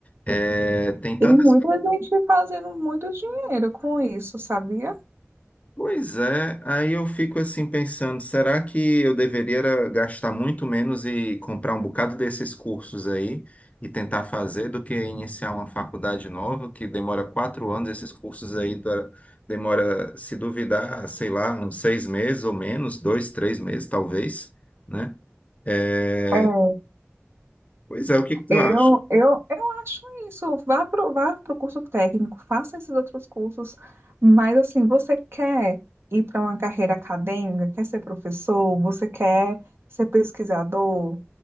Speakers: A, on the left (about 30°); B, on the right (about 60°).
A: É, tem tantas.
B: E muita gente fazendo muito dinheiro com isso, sabia?
A: Pois é, aí eu fico assim pensando, será que eu deveria era gastar muito menos e comprar um bocado desses cursos aí e tentar fazer do que iniciar uma faculdade nova que demora quatro anos, esses cursos aí da- demora, se duvidar, sei lá, uns seis meses ou menos, dois, três meses talvez, né? É,
B: É.
A: pois é, o que que tu
B: Eu,
A: acha?
B: eu, eu acho isso. Vá para vá pro curso técnico, faça esses outros cursos, mas assim, você quer ir para uma carreira acadêmica, quer ser professor, você quer ser pesquisador,